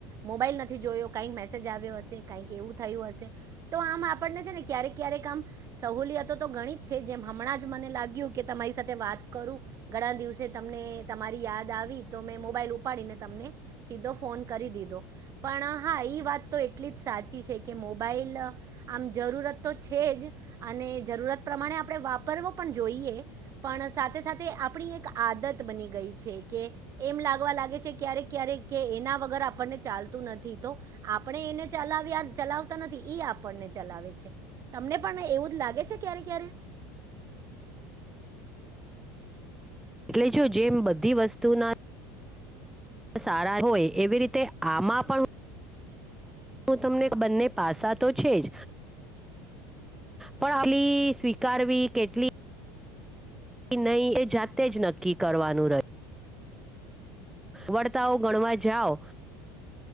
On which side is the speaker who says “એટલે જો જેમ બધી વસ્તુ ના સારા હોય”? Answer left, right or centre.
Centre